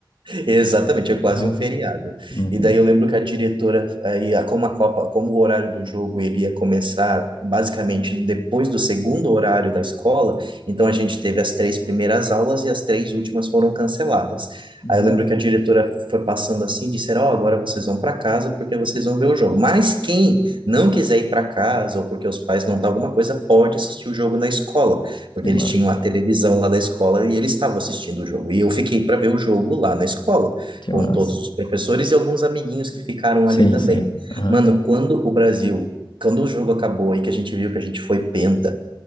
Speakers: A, on the right; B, on the left.
A: Exatamente, é quase
B: Aham,
A: um feriado.
B: uhum,
A: E daí eu lembro que a diretora, aí, a- como a Copa, como o horário do jogo ele ia começar basicamente depois do segundo horário da escola, então a gente teve as três primeiras aulas e as três últimas foram canceladas.
B: uhum.
A: Aí eu lembro que a diretora foi passando assim, disseram, ó, agora vocês vão para casa porque vocês vão ver o jogo. Mas quem não quiser ir para casa ou porque os pais não tá alguma coisa, pode assistir o jogo na escola porque
B: Que massa,
A: eles tinham a televisão lá da escola e eles estavam assistindo o jogo. E eu fiquei para ver o jogo lá na escola,
B: que
A: com
B: massa.
A: todos os professores e alguns amiguinhos que ficaram
B: Sim,
A: ali também.
B: sim. Aham,
A: Mano, quando o Brasil. Quando o jogo acabou e que a gente viu que a gente foi penta,